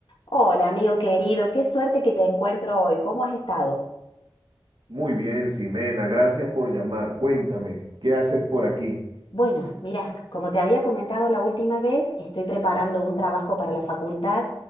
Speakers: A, on the left (about 75°); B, on the right (about 70°).
A: Hola, amigo querido, qué suerte que te encuentro hoy. ¿Cómo has estado?
B: Muy bien, Ximena, gracias por llamar. Cuéntame, ¿qué haces por aquí?
A: Bueno, mira, como te había comentado la última vez, estoy preparando un trabajo para la facultad.